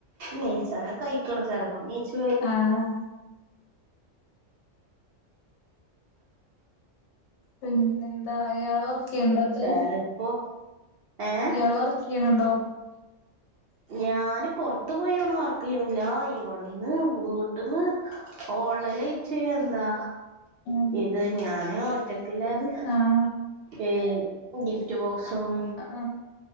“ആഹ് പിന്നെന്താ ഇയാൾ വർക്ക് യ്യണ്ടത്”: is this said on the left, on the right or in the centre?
Left